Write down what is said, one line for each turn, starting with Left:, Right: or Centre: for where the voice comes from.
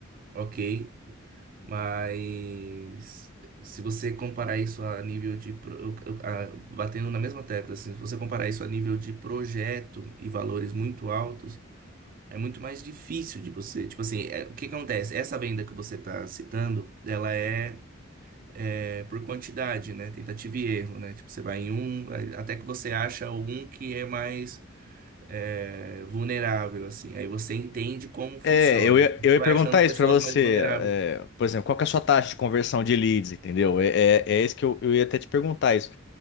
Right: ok. Mas se você comparar isso a nível de. pro- eu- eu- a- batendo na mesma tecla, assim, se você comparar isso a nível de projeto e valores muito altos, é muito mais difícil de você. Tipo assim, é- o que que acontece? Essa venda que você está citando, ela é. é, por quantidade, né? Tentativa e erro, né? Tipo, você vai em um, aí- até que você acha um que é mais é, vulnerável, assim. Aí você entende como funciona.
Left: É, eu ia,
Right: Você
Left: eu ia
Right: vai
Left: perguntar
Right: achando pessoas
Left: isso pra você.
Right: mais vulneráveis.
Left: é, por exemplo, qual que é a sua taxa de conversão de leads, entendeu? É, é, é isso que eu, eu ia até te perguntar isso.